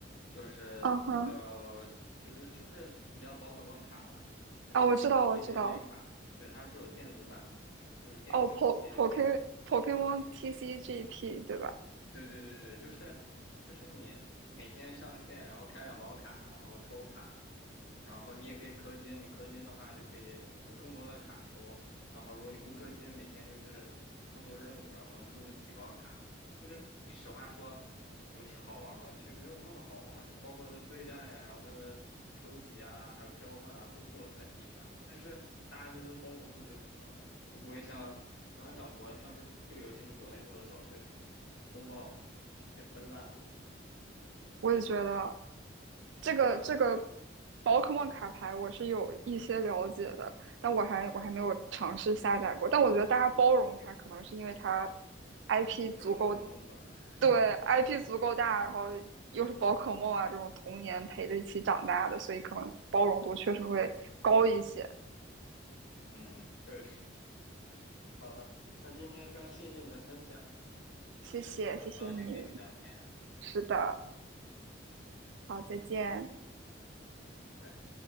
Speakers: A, on the left; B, on the right.
A: 就是叫就是就是你知道宝可梦卡吧，
B: 嗯哼，
A: 就是那个
B: 啊，我知道，
A: TCG
B: 我知道，
A: 卡，对，它是有电子版的，就是电子游戏，
B: 哦，Po Poke
A: 就是你
B: Pokemon TCGP 对吧？
A: 对对对对，就是就是你每天上线，然后开两包卡，然后抽卡，然后你也可以氪金，你氪金的话就可以有更多的卡抽，然后如果你不氪金，每天就是做做任务，然后就那么几包卡，就是你实话说，游戏好玩吗？其实没有那么好玩，就包括它的对战呀，然后它的收集啊，还有交换啊，都做得很一般，但是大家对它的包容度就很高，就不会像。我想想国，要是这个游戏是国内做的，早就被风暴了，被喷烂了。
B: 我也觉得
A: 嗯，
B: 这个这个宝可梦卡牌我是有一些了解的，但我还我还没有尝试下载过。但我觉得大家包容它，可能是因为它 IP
A: 那是宝可梦吧？
B: 足够，对
A: <laughs>
B: IP 足够大，然后又是宝可梦啊这种童年陪着一起长大的，所以可能包容度确实会高一些。
A: 嗯，确实。好了，那今天非常谢谢你的分享
B: 谢谢，
A: 啊，很高兴跟你聊天，
B: 谢谢你。是的，好，再见。
A: 拜拜。